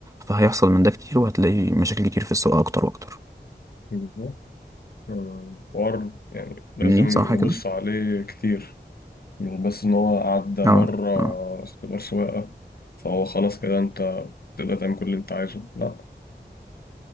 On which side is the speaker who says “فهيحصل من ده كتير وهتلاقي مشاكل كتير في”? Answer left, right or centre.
Right